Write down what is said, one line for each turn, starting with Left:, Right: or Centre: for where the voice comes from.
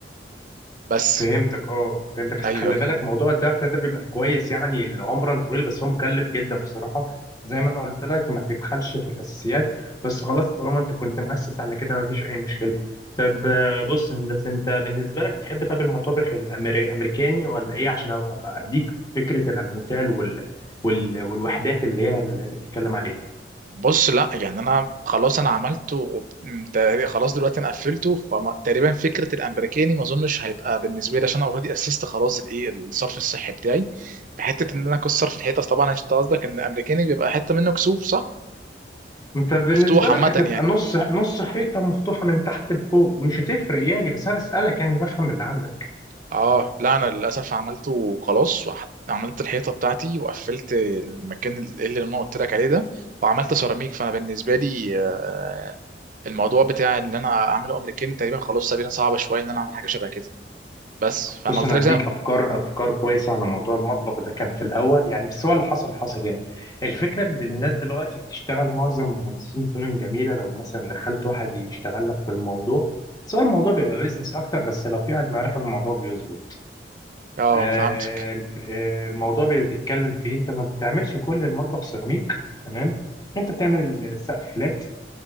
Right: بس
Left: فهمتك اه فهمتك اصل
Right: ايوه
Left: خلي
Right: أيوه.
Left: بالك موضوع الدفن ده بيبقى كويس يعني لعمرا طويل بس هو مكلف جدا بصراحه زي ما انا قلت لك ما تبخلش في الاساسيات بس خلاص طالما انت كنت مؤسس على كده ما فيش اي مشكله طب آه، بص يا هندسه انت بالنسبه لك بتحب طب المطابخ الأمري- الامريكاني ولا ايه عشان أبقى أبقى اديك فكره الالموتال وال... وال... والوحدات اللي هي اللي انت بتتكلم عليها
Right: بص لا يعني انا خلاص انا عملته وب- م- تقريبا- خلاص دلوقتي انا قفلته فتقريبا فكره الامريكاني ما اظنش هيبقى بالنسبه لي عشان انا اوريدي اسست خلاص الايه الصرف الصحي بتاعي في حته ان انا اكسر في الحيطه طبعا انت قصدك ان الامريكاني بيبقى حته منه كسوف صح
Left: انت بالنسبه
Right: مفتوح
Left: لك
Right: عامه
Left: هتبقى
Right: يعني
Left: نص نص حيطه مفتوحه من تحت لفوق مش هتفرق يعني بس انا بسالك يعني بفهم اللي عندك
Right: اه لا انا للاسف عملته وخلاص وحط... عملت الحيطه بتاعتي وقفلت المكان اللي انا قلت لك عليه ده وعملت سيراميك فانا بالنسبه لي آه، الموضوع بتاع ان انا اعمله امريكاني تقريبا خلاص سابينها صعبه شويه ان انا اعمل حاجه شبه كده بس فانا
Left: بص
Right: قلت
Left: انا
Right: لك
Left: هديك
Right: زي ما
Left: افكار افكار كويسه على موضوع المطبخ ده كان في الاول يعني بس هو اللي حصل حصل يعني الفكره ان الناس دلوقتي بتشتغل معظم مهندسين فنون جميله لو مثلا دخلت واحد يشتغل لك في الموضوع سواء الموضوع بيبقى بيزنس اكتر بس لو في واحد معرفه الموضوع بيظبط
Right: اه
Left: آه
Right: فهمتك
Left: الف- آه، الموضوع بيتكلم في إيه؟ انت ما بتعملش كل المطبخ سيراميك تمام انت بتعمل السقف فلات